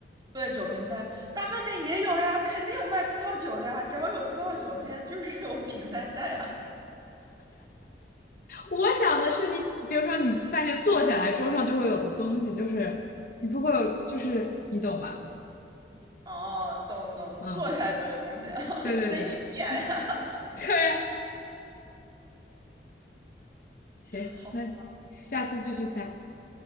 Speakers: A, on the right; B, on the left.
A: 对，酒瓶塞，大饭店也有呀，肯定有卖葡萄酒的呀。只要有葡萄酒，那些就是有瓶塞在呀。
B: 我想的是你，比如说你饭店坐下来，桌上就会有的东西，就是你不会有，就是你懂吧？
A: 哦，懂懂，
B: 嗯，
A: 坐下来就有东西，
B: 对对对
A: <laughs> 得你点呀。
B: <laughs> 对啊，行，
A: 好，
B: 那下次继续猜，